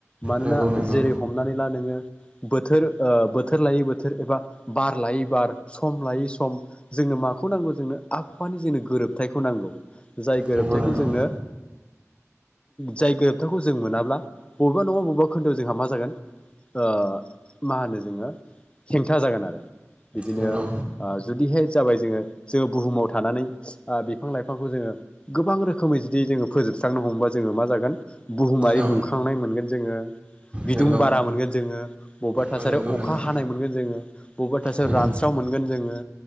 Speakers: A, on the left (about 20°); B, on the right (about 20°).
A: मानोना
B: नंगौ नंगौ
A: जेरै हमनानै ला नोङो बोथोर ओ बो थोर लायै बोथोर एबा बार लायै बार सम लायै सम जोंनो माखौ नांगौ जोंनो आबहावा खालि जोंनो गोरोबथायखौ नांगौ जाय गोरोबथायखौ
B: नंगौ नंगौ
A: जोंनो जाय गोरोबथाखौ जों मोनाब्ला बबेबा नङा बबेबा खोन्दोआव जोंहा मा जागोन ओ मा होनो जोङो हेंथा जागोन आरो बिदिनो
B: नंगौ
A: ओ जुदिहाय जाबाय जोङो जोङो बुहुमाव थानानै आ बिफां लाइफांखौ जोङो गोबां रोखोमै जुदि जोङो फोजोबस्रांनो हमबा जोङो मा जागोन बुहुमारि
B: औ
A: दुंखांनाय मोनगोन जोङो बिदुं
B: नंगौ
A: बारा मोनगोन जोङो बबेबा थासारि
B: औ नंगौ
A: अखा
B: नंगौ
A: हानाय मोनगोन जोङो बबेबा थासारि
B: नंगौ
A: रानस्राव मोन गोन जोङो